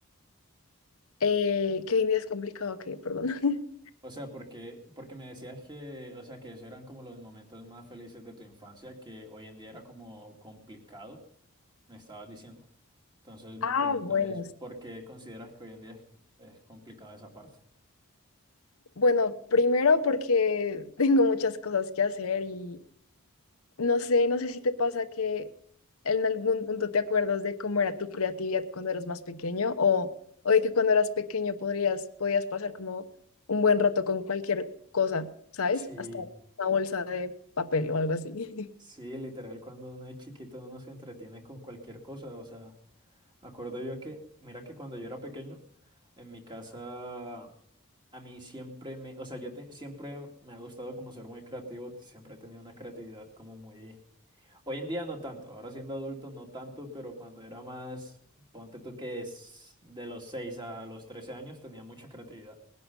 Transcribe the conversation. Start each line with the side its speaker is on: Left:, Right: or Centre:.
Left: Eh, que hoy en día es complicado, que, perdón. <laughs>
Right: O sea, porque, porque me decías que, o sea, que esos eran como los momentos más felices de tu infancia, que hoy en día era como complicado, me estabas diciendo. Entonces, mi
Left: Ah,
Right: pregunta
Left: bueno.
Right: es,
Left: sí.
Right: ¿por qué consideras que hoy en día es, es complicada esa parte?
Left: Bueno, primero porque <laughs> tengo muchas cosas que hacer y no sé, no sé si te pasa que en algún punto te acuerdas de cómo era tu creatividad cuando eras más pequeño o, o de que cuando eras pequeño podrías, podías pasar como un buen rato con cualquier cosa, ¿sabes?
Right: Sí,
Left: Hasta una bolsa de papel o algo así.
Right: sí, literal, cuando uno es chiquito uno se entretiene con cualquier cosa, o sea, me acuerdo yo que, mira que cuando yo era pequeño, en mi casa A mí siempre me, o sea, yo te- siempre me ha gustado como ser muy creativo, siempre he tenido una creatividad como muy... Hoy en día no tanto, ahora siendo adulto no tanto, pero cuando era más, ponte tú que es de los 6 a los trece años tenía mucha creatividad.